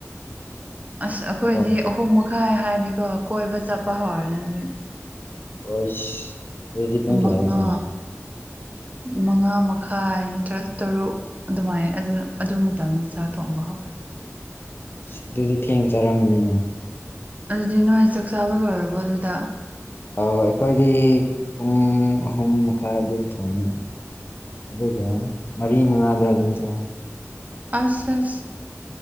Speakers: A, on the right; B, on the left.
A: ꯑꯁ ꯑꯩꯈꯣꯏꯗꯤ
B: ꯀꯣ
A: ꯑꯍꯨꯝ ꯃꯈꯥꯏ ꯍꯥꯏꯔꯗꯤꯀꯣ ꯀꯣꯏꯕ ꯆꯠꯄ ꯍꯧꯔꯅꯤ ꯍꯧꯖꯤꯛ
B: ꯍꯁ ꯔꯦꯗꯤꯄꯒꯗ
A: ꯃꯉꯥ
B: ꯊꯣꯡ
A: ꯃꯉꯥ ꯃꯈꯥꯏ ꯅꯠꯇ꯭ꯔ ꯇꯔꯨꯛ ꯑꯗꯨꯃꯥꯏꯅ ꯑꯗꯨ ꯑꯗꯨ ꯃꯇꯝꯗ ꯆꯥꯛ ꯊꯣꯡ ꯃꯥꯍ
B: ꯑꯁ ꯑꯗꯨꯗꯤ ꯊꯦꯡ ꯆꯔꯃꯅꯤꯅ
A: ꯑꯗꯨꯗꯤ ꯅꯣꯏꯣꯏ ꯆꯥꯛ ꯆꯥꯕ ꯂꯣꯏꯔꯕꯣ ꯑꯗꯨꯗ
B: ꯑ ꯑꯩꯈꯣꯏꯗꯤ ꯄꯨꯡ ꯑꯍꯨꯝ ꯃꯈꯥꯏ ꯑꯗꯨꯗ ꯊꯣꯡꯉꯤ ꯑꯗꯨꯒ ꯃꯔꯤ ꯃꯉꯥꯗ ꯑꯗꯨꯝ ꯆꯥꯏ
A: ꯑꯁ ꯑꯁ